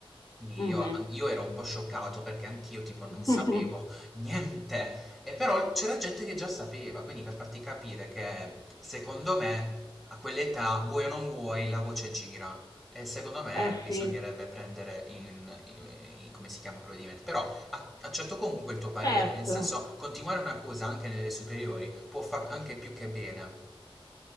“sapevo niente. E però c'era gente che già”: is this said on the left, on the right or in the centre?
Centre